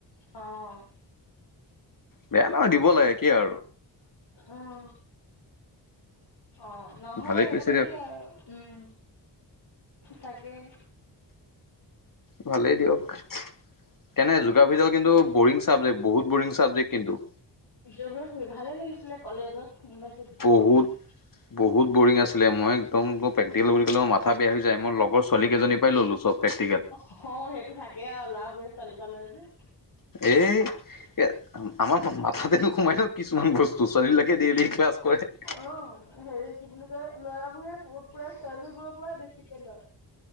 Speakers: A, on the left; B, on the left.
A: অ'।
B: বেয়া
A: অ
B: নহয় দিব লাগে কি আৰু।
A: উম, অ'। নহয়
B: ভালেই কৈছে
A: মানে
B: দিয়ক,
A: কি আৰু, উম। তাকে হে
B: ভালেই দিয়ক, কেনে জিঅ'গ্ৰাফি কিন্তু ব'ৰিং চাবজেক্ট, বহুত ব'ৰিং চাবজেক্ট কিন্তু।
A: জিঅ'গ্ৰাফি ভালে লাগিছিলে কলেজত। ইউনিভাৰ্চিটি
B: বহুত
A: পঢ়ি।
B: বহুত বৰিং আছিলে, মই একদম প্ৰেক্টিকেল বুলি ক'লে মোৰ মাথা বেয়া হৈ যায়। মই লগৰ ছোৱালীকেইজনী পৰাই ল'লোঁ চব। প্ৰেকটিকেল।
A: অ', সেইটো থাকেই আৰু ল'ৰাবোৰে ছোৱালী পৰা লয় যে।
B: এই এ, আমাৰ মাথাতে নোসোমাই ন কিছুমান বস্তু, ছোৱালী বিলাকে ডেইলি ক্লাছ কৰে।
A: অ', হেৰি কি বুলি কয় ল'ৰাবোৰে পুৰা ছোৱালী বোৰৰ পৰাই বেছিকে লয়।